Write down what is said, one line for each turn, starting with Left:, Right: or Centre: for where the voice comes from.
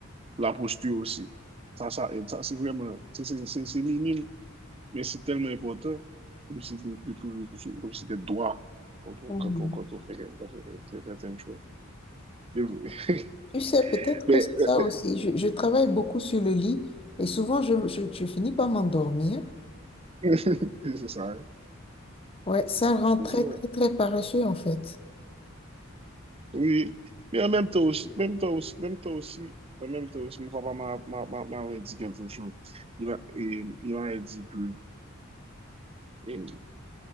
Right: la posture aussi, ça, ça, aide. ça c'est vraiment, c'est c'est- c'est- c'est minime, mais c'est tellement important comme si de, de toujours, comme si d'être droit quand on,
Left: Mm.
Right: quand on, quand on fait, on fait certaines choses. C'est vrai. <laughs>
Left: Tu sais, peut-être que
Right: Mais,
Left: c'est ça
Right: euh, mais-
Left: aussi. Je, je travaille beaucoup sur le lit et souvent je, je, je finis par m'endormir.
Right: <laughs> c'est ça, hein.
Left: Ouais, ça rend très,
Right: C'est ça.
Left: très, très paresseux, en fait.
Right: Oui, mais en même temps aussi, même temps aussi, même temps aussi, en même temps aussi, mon papa m'a- m'a- m'a- m'avait dit quelque chose. Il m'a- et- il m'avait dit que eh,